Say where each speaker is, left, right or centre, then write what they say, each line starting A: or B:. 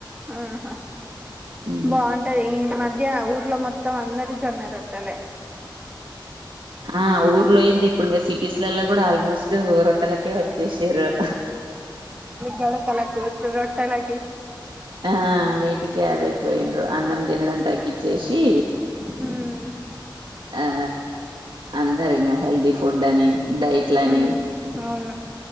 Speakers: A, on the right (about 15°); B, on the right (about 80°).
A: ఆహా
B: హ్మ్.
A: బాగుంటది ఈ మధ్య ఊర్లో మొత్తం అందరు జొన్నరొట్టెలే
B: ఆ ఊరు లేంది ఇప్పుడు ఇంగ సిటీస్లల్లా గుడ ఆల్మోస్ట్ రొట్టలకే వచ్చేసిర్రు.
A: గొడకొలకు రొట్టెలకి
B: ఆ వీటికదైపోయిండ్రు అన్నం తినడం తగ్గచ్చేసి
A: ఉమ్
B: ఆ అందరింగా హెల్తీ ఫుడ్ అని. డైట్లని
A: మ్మ్ అవును